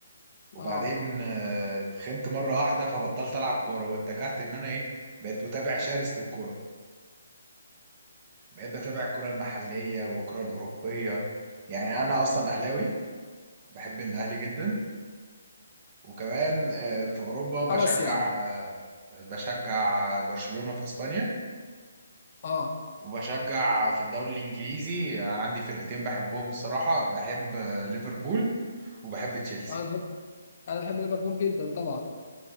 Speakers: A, on the right; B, on the left.
A: وبعدين
B: اه
A: آه، اتخنت مره واحده فبطلت العب كوره واتجهت ان انا ايه بقيت متابع شرس للكوره بقيت بتابع الكوره المحليه والكوره الاوروبيه يعني انا اصلا اهلاوي بحب الاهلي جدا وكمان آه، في اوروبا بشجع
B: آه بس يعني
A: آه، بشجع برشلونه في اسبانيا
B: اه
A: وبشجع في الدوري الانجليزي عندي فرقتين بحبهم الصراحه بحب آه، ليفربول وبحب تشيلسي
B: انا بحب انا بحب ليفربول جدا طبعا